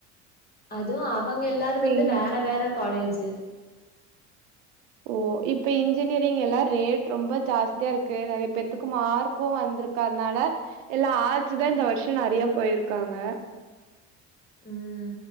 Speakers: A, on the left; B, on the right.
A: அது அவங்க எல்லாரு வந்து
B: இன்
A: வேற வேற காலேஜி
B: ஓ இப்ப இன்ஜினியரிங் எல்லா ரேட் ரொம்ப ஜாஸ்தியா இருக்கு நெறைய பேத்துக்கு மார்க்கு வந்துருக் கு அதனால எல்லா ஆட்ஸ் தா இந்த வருஷோ நெறைய போயிருக்காங்க
A: உம்